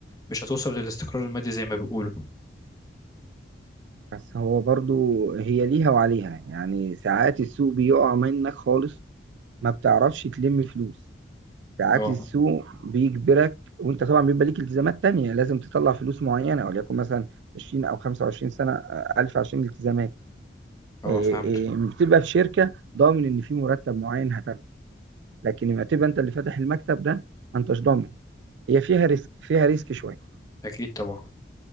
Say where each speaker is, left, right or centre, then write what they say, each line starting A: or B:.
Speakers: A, on the left; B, on the right.
A: مش هتوصل للاستقرار المادي زي ما بيقولوا
B: بس هو برضه هي ليها وعليها يعني ساعات السوق بيقع منك خالص ما بتعرفش تلم فلوس ساعات
A: اه
B: السوق بيجبرك وانت طبعا بيبقى ليك التزامات تانية لازم تطلع فلوس معينة وليكن مثلا 20 او 25 سنة آه، ألف عشان الالتزامات
A: اه
B: إيه
A: فهمت
B: إيه، بتبقى في شركة ضامن ان في مرتب معين هتاخده لكن لما تبقى انت اللي فاتح المكتب ده ما انتش ضامن هي فيها ريسك فيها ريسك شوية
A: اكيد طبعا